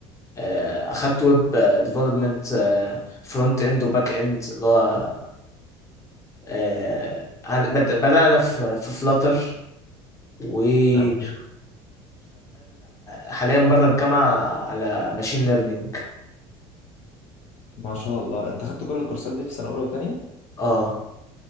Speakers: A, on the left; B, on the left.
A: آه، اخدت ويب ديفلوبمنت فرونت اند وباك اند اللي هو آه، هن- بد- بدأنا في في فلاتر وشغال
B: طب جامد
A: حاليا بره الجامعة على ماشين ليرنينج
B: ما شاء الله أنت خدت كل الكورسات دي في سنة أولى وتانية؟
A: اه